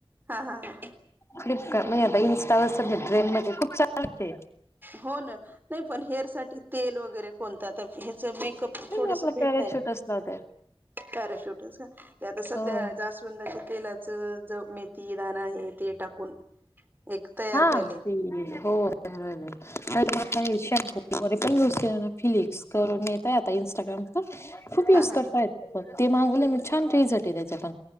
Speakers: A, on the right (about 20°); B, on the left (about 30°).
A: हा-हा-हा.
B: फ्लिपकार्ट नाही आता, इंस्टावर सगळे ट्रेंडमध्ये. खूप छान! अच्छे
A: हो ना, नाही, पण हेअर साठी तेल वगैरे कोणतं? आता ह्याच मेकअप
B: नाही
A: थोडसं
B: मी आपला
A: भेटलं
B: पॅराशूट असला होता
A: पॅराशूटचं. ते आता सध्या
B: हो
A: जास्वं स्वंदाच्या तेलाचं ज मेथी दाणा हे ते टाकून एक तयार
B: हा,
A: व्हायले
B: ते हो. मग काय, शाम्पो? वगैरे पण युज केला ना? फिलिप्स करून येतयं आता, इंस्टाग्रामचा खूप युज
A: हा हा
B: करताय. हो, ते मागवलं मी. छान रिझल्ट आहे त्याच्या पण